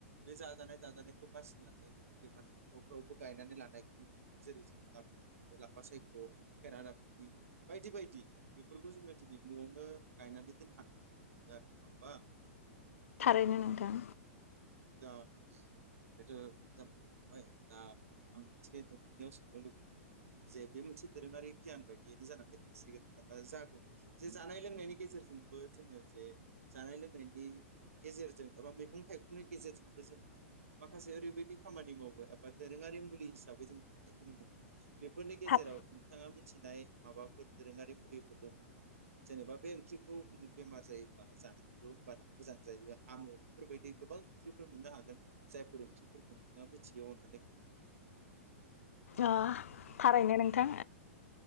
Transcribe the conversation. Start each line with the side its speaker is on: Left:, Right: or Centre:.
Right: बे जाजानाय दाजानायखौ बासिनानै अदेबानि न'फ्रावबो गायनानै लानायखौ नुनो मोनो जेरै जोङो दा बु लाफा सायख' खेरादाफनि बायदि बायदि बेफोरखौ जोंङो दिनै न'आवनो गायनानै दोनखानाय आरो नङा होमबा
Left: थारैनो नोंथां
Right: दा बेथ' जानानै थांबाय दा आं मोनसे नोंथांनियाव सोंनो लुबैयो जे बे मोनसे दोरोङारि गियान बायदियैनो जानानै थांसिगोन एबा जागोन जे जानाय लोंनायनि गेजेरजोंबो जोंङो जे जानाय लोंनायनि गेजेरजों एबा मैगं थाइगंनि गेजेरजोंबो जोंङो माखासे ओरैबायदि खामानि मावो एबा दोरोङारि मुलि हिसाबै जों बाहायनायखौ नुनो मोनो। बेफोरनि गेजेराव
Left: थाब
Right: नोंथाङा मि थिनाय माबाफोर दोरोंङारि मुलिफोर दंङा जेनेबा बे ओंख्रिखौ बेमार जायोब्ला जानांगौ होमबाना मोजां जायो हामो बेफोरबायदि गोबां ओंख्रिफोर मोननो हागोन जायफोर ओंख्रिफोरखौ नोंथाङा मिथियोबा अननानै
Left: अ थारैयनो नों थां